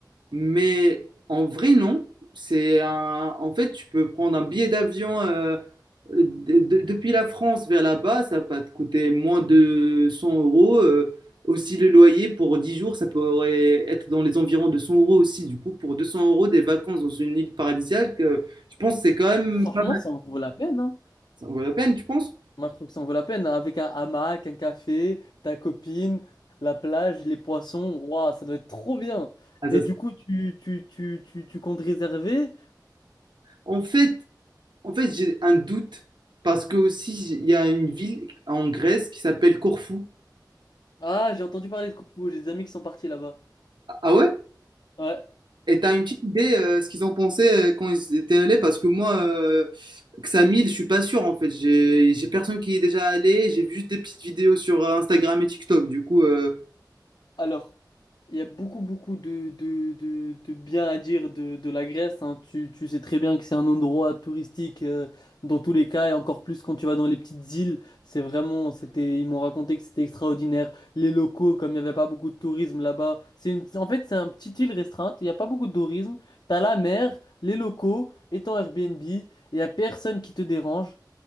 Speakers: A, on the right; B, on the left.
A: Mais en vrai, non. C'est un... En fait, tu peux prendre un billet d'avion euh, de- de- depuis la France vers là-bas, ça va te coûter moins de 100 euros. Euh, aussi, le loyer pour 10 jours, ça pourrait être dans les environs de 100 euros aussi. Du coup, pour 200 euros, des vacances dans une île paradisiaque, euh, je pense que c'est quand même
B: Franchement,
A: pas
B: ça en vaut la peine, hein.
A: ça vaut la peine, tu penses?
B: Moi, je trouve que ça en vaut la peine. hein. Avec un hamac, un café, ta copine, la plage, les poissons, waouh, ça doit être trop bien.
A: Ah,
B: Et
A: ça, ça-
B: du coup, tu, tu, tu, tu, tu comptes réserver?
A: En fait, en fait, j'ai un doute parce que aussi, il y a une ville en Grèce qui s'appelle Corfou.
B: Ah, j'ai entendu parler de Corfou, j'ai des amis qui sont partis là-bas.
A: Ah ah ouais?
B: Ouais.
A: Et t'as une petite idée euh, ce qu'ils ont pensé euh, quand ils étaient allés parce que moi euh, Xamil, je suis pas sûr en fait. J'ai j'ai personne qui y est déjà allé, j'ai vu juste des petites vidéos sur euh, Instagram et TikTok. Du coup euh,
B: Alors, il y a beaucoup, beaucoup de, de, de, de bien à dire de, de la Grèce. hein. Tu, tu sais très bien que c'est un endroit touristique euh, dans tous les cas, et encore plus quand tu vas dans les petites îles. C'est vraiment, c'était, ils m'ont raconté que c'était extraordinaire. Les locaux, comme il n'y avait pas beaucoup de tourisme là-bas, c'est une- en fait, c'est un petit île restreinte. Il n'y a pas beaucoup de tourisme. T'as la mer, les locaux, et ton Airbnb. Il n'y a personne qui te dérange.